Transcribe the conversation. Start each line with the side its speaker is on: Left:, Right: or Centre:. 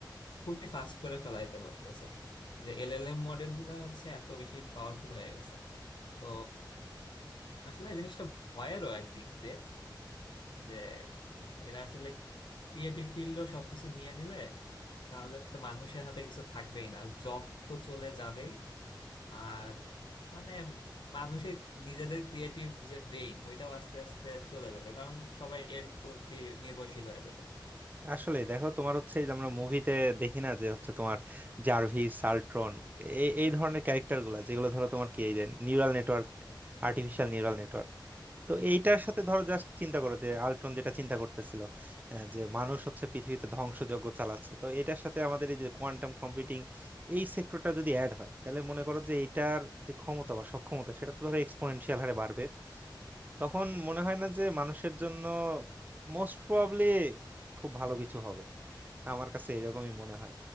Left: খুবই ফাস্ট করে ফেলাইতে পারতেছে যে এলএলএম মডেল গুলা হচ্ছে এত বেশি পাওয়ারফুল হয়ে গেছে তো আসলে জিনিসটা ভয়েরও একদিক দিয়ে যে এরা আসলে ক্রিয়েটিভ ফিল্ডও সবকিছু নিয়ে নিলে তাহলে তো মানুষের হাতে কিছু থাকবেই না জব তো চলে যাবেই আর মানে মানুষের নিজেদের ক্রিয়েটিভ যে ব্রেইন ওইটাও আস্তে আস্তে চলে যাবে কারণ সবাই এর প্রতি নির্ভরশীল হয়ে যাবে
Right: আসলে দেখো তোমার হচ্ছে এই যে আমরা মুভিতে দেখি না যে হচ্ছে তোমার জার্ভিস সালট্রন এই এই ধরনের ক্যারেক্টার গুলা যেগুলো ধরো তোমার কি এই যে neural network artificial neural network তো এইটার সাথে ধরো জাস্ট চিন্তা করো যে আল্ট্রন যেটা চিন্তা করতেছিল আহ, যে মানুষ হচ্ছে পৃথিবীতে ধ্বংসযজ্ঞ চালাচ্ছে তো এটার সাথে আমাদের এই যে কোয়ান্টাম কম্পিউটিং এই সেক্টরটা যদি অ্যাড হয় তাহলে মনে করো যে এটার যে ক্ষমতা বা সক্ষমতা সেটা তো ধরো এক্সপোনেনশিয়াল হারে বাড়বে তখন মনে হয় না যে মানুষের জন্য মোস্ট প্রবাবলি খুব ভালো কিছু হবে আমার কাছে এরকমই মনে হয়